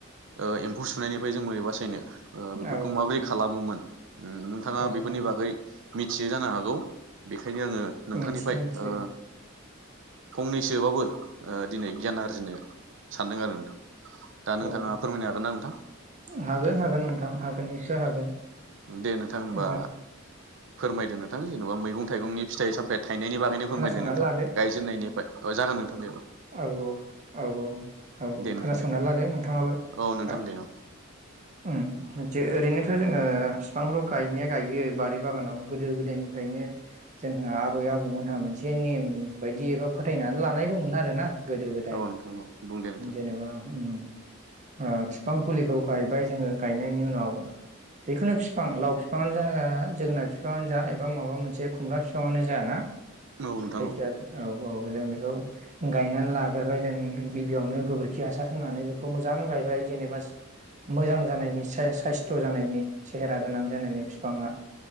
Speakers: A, on the right; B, on the right.
A: ओ एम्फौ सुनायनिफ्राय जों बोरै बासायनो ओ बेफोरखौ
B: औ
A: माब्रै खालामोमोन उम नोंथाङा
B: औ
A: बेफोरनि
B: औ
A: बागै मिथियो जानो हागौ बे खायनो आङो नोंथांनिफ्राय
B: मिथियो मिथियो
A: ओ फंनैसोबाबो ओ दिनै गियान आरजिनो सानदों आरो नोंथां दा नोंथाङा
B: औ
A: फोरमायनो हागोन ना नोंथां
B: हागोन हागोन नोंथां हागोन निस्सय हागोन
A: दे नोंथां होमबा
B: जो
A: फोरमायदो नोंथां जेन'बा मैगं थाइगंनि फिथाइ सामथाय थाइनायनि बागैनो
B: खोनासंनानै
A: फोरमायदो नोंथां
B: लादो
A: गायजेननायनि बाय ओ जागोन नोंथां दे औ
B: औ औ औ औ औ
A: दे नोंथां
B: खोनासंनानै
A: दे
B: लादो नोंथाङाबो
A: औ नोंथां
B: औे
A: दे औ
B: उम जे ओरैनो थो जोङो बिफांखौ गायनाया गायो बारि बागानाव गोदो गोदायनिफ्रायनो जोंहा आबै आबौमोनहा मोनसे नेम बायदि एबा फोथायनानै लानाय दंमोन आ <unintelligible> गोदो गोदाय
A: औ नोंथां औ बुं दे नोंथां
B: जेनेबा ओम ओ बिफां फुलिखौ गायबाय जोङो गायनायनि उनाव जिखुनु बिफां लाव बिफां आनो जा जोगोनार बिफाङानो जा एबा माबा मोनसे खुमब्रा बिफाङानो जा ना
A: औ
B: <unintelligible>
A: नोंथां
B: औ अ जों बेखौ गायनानै लाग्रोबाय जों गिबियावनो गोबोरखि हासार होनानै बेखौ मोजां गायबाय जेनेबा मोजां जानायनि सा- साइस्थ' जानायनि सेहेरा गोनां जानायनि फिफाङा